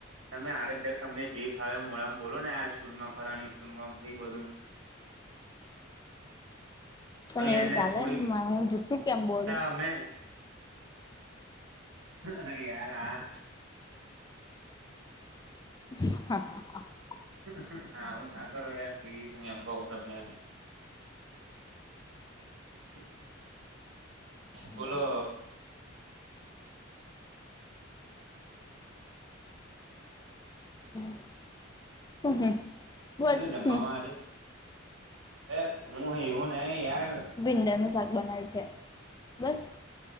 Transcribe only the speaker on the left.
પણ
એવું
ચાલે
હું જુઠું કેમ બોલું
હ <unintelligible>
બોલો
શું હમ બટ
હમ
ભીંડા નું શાક બનાવે છે બસ